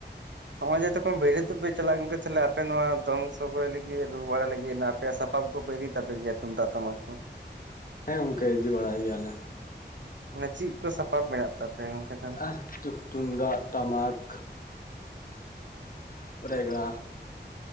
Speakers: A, on the right (about 85°); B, on the left (about 50°).
A: ᱱᱚᱜ-ᱚᱚᱭ ᱡᱚᱚᱛᱚ ᱠᱷᱚᱱ ᱵᱷᱨᱤᱭᱟᱹᱛᱚᱜᱼᱯᱮ ᱪᱟᱞᱟᱜ ᱜᱚᱝᱠᱮ ᱛᱟᱦᱞᱮ ᱟᱯᱮ ᱱᱚᱣᱟ ᱫᱚᱝ ᱥᱚᱜᱚᱭ ᱞᱟᱹᱜᱤᱫ ᱨᱩ ᱵᱟᱲᱟ ᱞᱟᱹᱜᱤᱫ, ᱱᱟ ᱯᱮ ᱥᱟᱯᱟᱢ ᱠᱚᱯᱮ ᱤᱫᱤ ᱛᱟᱯᱮ ᱜᱮᱭᱟ ᱛᱩᱢᱫᱟᱜ ᱴᱟᱢᱟᱠ ᱠᱚ?
B: ᱦᱮᱸ ᱜᱚᱝᱠᱮ ᱤᱫᱤ ᱵᱟᱲᱟᱭ ᱜᱮᱭᱟᱞᱮ᱾
A: ᱢᱟᱱᱮ ᱪᱮᱫ ᱠᱚ ᱥᱟᱯᱟᱵ ᱢᱮᱱᱟᱜ ᱛᱟᱯᱮᱭᱟ ᱜᱚᱝᱠᱮ ᱛᱟᱦᱞᱮ?
B: <unintelligible> ᱛᱩᱢᱫᱟᱜ, ᱴᱟᱢᱟᱠ, ᱨᱮᱜᱽᱲᱟ,